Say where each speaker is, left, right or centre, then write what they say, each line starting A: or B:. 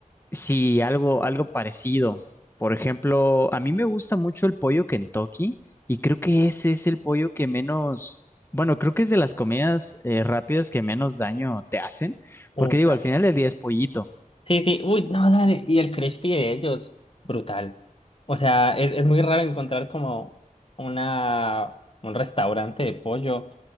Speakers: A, on the left; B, on the left.
A: sí, algo, algo parecido? Por ejemplo, a mí me gusta mucho el pollo Kentucky y creo que ese es el pollo que menos, bueno, creo que es de las comidas eh, rápidas que menos daño te hacen, porque
B: Mm,
A: digo,
B: dale.
A: al final del día es pollito.
B: Sí, sí, uy, no, dale. Y el crispy de ellos, brutal. O sea, es, es muy raro encontrar como una, un restaurante de pollo